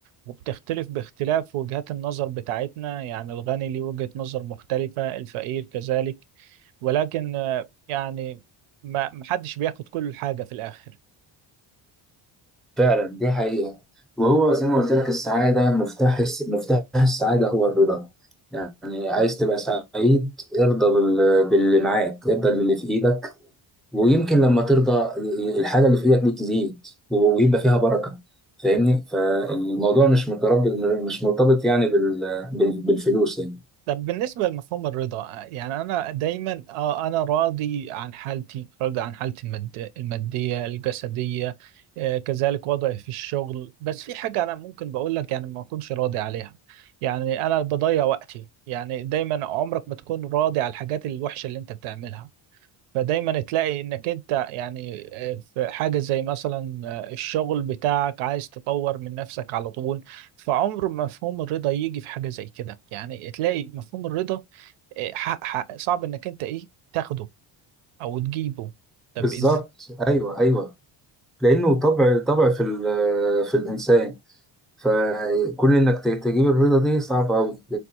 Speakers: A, on the right (about 80°); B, in the centre.
A: وبتختلف باختلاف وجهات النظر بتاعتنا يعني الغني ليه وجهة نظر مختلفة الفقير كذلك ولكن آه، يعني ما محدش بياخد كل حاجة في الآخر
B: فعلا دي حقيقه وهو زي ما قلت لك السعاده مفتاح الس- مفتاح السعاده هو الرضا يعني عايز تبقى سعيد ارضى بال- باللي معاك ارضى باللي في ايدك ويمكن لما ترضى الحاجة اللي في ايدك دي تزيد ويبقى فيها بركة فاهمني فالموضوع مش مرتبط مش مرتبط يعني بال... بال... بالفلوس يعني
A: طب بالنسبة لمفهوم الرضا يعني أنا دايما آه أنا راضي عن حالتي راضي عن حالتي الماد- المادية الجسدية آه كذلك وضعي في الشغل بس في حاجة أنا ممكن بقول لك يعني ما أكونش راضي عليها يعني أنا بضيع وقتي يعني دايما عمرك ما تكون راضي على الحاجات الوحشة اللي أنت بتعملها فدايما تلاقي انك انت يعني آه، في حاجة زي مثلا آه، الشغل بتاعك عايز تطور من نفسك على طول فعمر ما مفهوم الرضا يجي في حاجة زي كده يعني تلاقي مفهوم الرضا آه، ح- ح- صعب انك انت ايه تاخده او تجيبه طب
B: بالظبط
A: از
B: ايوه ايوه لانه طبع طبع في ال... في الانسان فكل انك ت- تجيب الرضا دي صعبة أوي